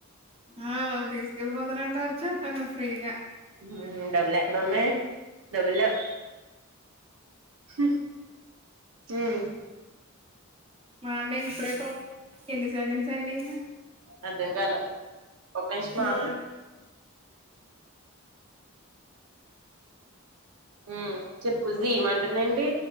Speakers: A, on the right; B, on the right.
A: ఆ వా తీసుకెళ్ళిపోతనంటే వచ్చే తను ఫ్రీగా
B: ఉ డబ్బులు ఎక్కడ ఉన్నాయి డబ్బులు లేవు హు జైయ్
A: మాన్న ఇప్పుడే ఎన్ని సెకండ్స్ అయినా
B: అర్ధం కాల ఒక నిమిషం
A: మా
B: ఆగు ఉ చెప్పు జూయిఅనుటుంది ఏంటి